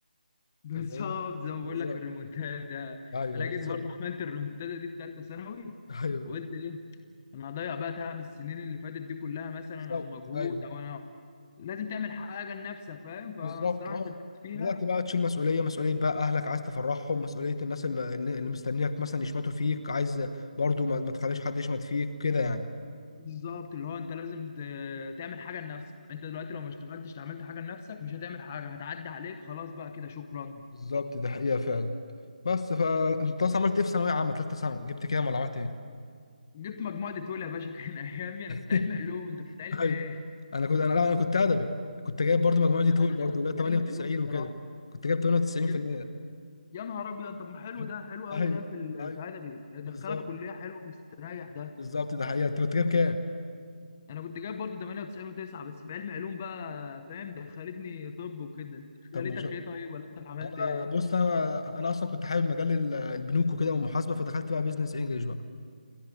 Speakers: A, on the left; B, on the left.
A: <laughs> بالظبط
B: تمام
A: زي ما
B: بالظبط
A: بقول لك الريمونتادا
B: ايوه
A: انا
B: بالظبط
A: جيت برضه عملت الريمونتادا دي في ثالثه ثانوي
B: ايوه
A: وقلت ايه انا هضيع بقى تعب السنين اللي فاتت دي كلها مثلا
B: بالظبط
A: او مجهود
B: ايوه
A: او انا لازم تعمل حاجه لنفسك فاهم فالصراحه
B: بالظبط اه
A: شدت فيها
B: بدأت بقى تشيل مسؤولية مسؤولية بقى أهلك عايز تفرحهم مسؤولية الناس اللي, اللي مستنيك مثلا يشمتوا فيك عايز برضو ما, ما تخليش حد يشمت فيك كده يعني
A: بالظبط اللي هو انت لازم ت- تعمل حاجه لنفسك انت دلوقتي لو ما اشتغلتش عملت حاجه لنفسك مش هتعمل حاجه هتعدي عليك خلاص بقى كده شكرا
B: بالظبط ده حقيقة فعلا بس فأنت أصلا عملت إيه في ثانوية عامة تالتة ثانوي جبت كام ولا عملت إيه؟
A: جبت مجموعه ديتول يا باشا <laughs> كان ايامي انا
B: <laughs>
A: كنت علم علوم انت كنت علم
B: ايوه
A: ايه
B: انا كنت انا لا انا كنت ادبي كنت جايب برضو مجموعتي
A: لا
B: طول
A: انا
B: برضو
A: كنت
B: لا 98
A: علم علوم الصراحه
B: وكده كنت جايب 98%
A: جبت ده يا نهار ابيض طب ما حلو
B: <laughs>
A: ده حلو قوي
B: ايوه
A: ده في ال-
B: ايوه
A: في ادبي يدخلك
B: بالظبط
A: كليه حلوه مستريح ده
B: بالظبط ده حقيقة انت كنت جايب كام؟
A: انا كنت جايب برضه 98 و9 بس في علم علوم بقى فاهم دخلتني طب وكده انت
B: طب
A: دخلتك
B: ما شاء
A: ايه طيب ولا انت عملت
B: انا
A: ايه
B: بص انا انا اصلا كنت حابب مجال ال- البنوك وكده والمحاسبة فدخلت بقى بيزنس انجلش بقى